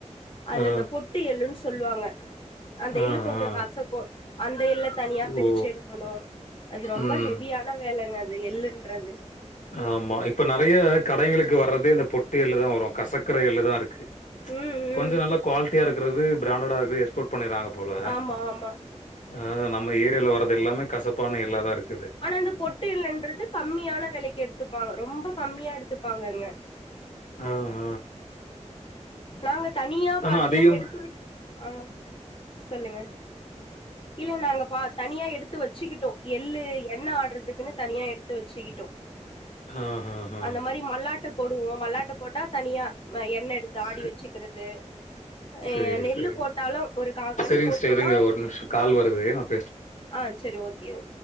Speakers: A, on the left; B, on the left.
A: அதுல
B: ஆ.
A: இந்த பொட்டு எள்ளுன் சொல்வாங்க அந்த
B: ஆ,
A: எள்ளு கொஞ்சோ
B: ஆ.
A: கசக்கு அந்த எள்ள தனியா பிருச்சு
B: ஓ!
A: எடுக்கணு அது ரொம்ப
B: ம்.
A: ஹெவியான வேலைங்க அது எள்ளுன்றது
B: ஆமா இப்ப நெறைய கடைகளுக்கு வர்றதே இந்த பொட்டு எள்ளு தா வரு கசக்கர எள்ளு தா இருக்கு
A: ம்
B: கொஞ்சோ
A: ம்
B: நல்லா குவாலிட்டியா இருக்கறது பிராண்டடா இருக்கறது எக்ஸ்போர்ட் பண்ணிறாங்க போல
A: ஆமா ஆமா
B: ஆ நம்ம ஏரியால வர்றது எல்லாமே கசப்பான எள்ளாதா இருக்குது
A: ஆனா அந்த பொட்டு எள்ளுன்றது கம்மியான வெலைக்கு எடுத்துப்பாங்க ரொம்ப கம்மியா எடுத்துப்பாங்க அங்க
B: ஆ ஹ
A: நாங்க தனியா
B: ஆனா
A: பாத்தீங்கன்னா
B: அதிகம்
A: எடுத்து ஆ சொல்லுங்க இல்ல நாங்க பா தனியா எடுத்து வச்சுக்கிட்டோ எள்ளு எண்ண ஆட்றதுக்குன்னு தனியா எடுத்து வச்சுக்கிட் டோ
B: ஆஹஹ.
A: அந்த மாரி மல்லாட்டு போடுவோ மல்லாட்டா போட்டா தனியா எண்ண எடுத்து
B: ச
A: ஆடி வச்சுக்கறது அ
B: சரி,
A: நெல்லு
B: சரி.
A: போட்டாலு ஒரு காகணி
B: சரிங்க
A: போட்டோனா
B: சிஸ்டர் இருங்க ஒரு நிமிஷம் கால் வருது நா
A: ஆ சேரி ஓகே ஓ